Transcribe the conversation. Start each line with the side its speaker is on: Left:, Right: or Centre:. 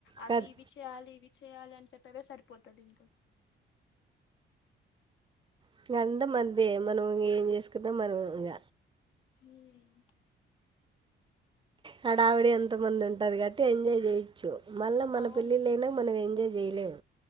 Left: అవి
Right: కాదు
Left: ఇవి చేయాలి ఇవి చేయాలి అని చెప్పవే సరిపోతది ఇంకా
Right: ఇంక అంత మనదే మనం ఇ ఏం చేసుకున్నా మనదె ఇంక
Left: మ్మ్
Right: హడావిడి ఎంత మంది ఉంటది గట్ అటి ఎంజాయ్ చేయిచ్చు మళ్ళ మన
Left: అవును
Right: పెళ్ళిళ్ళు అయినంక మనం ఎంజాయ్ జెయిలేం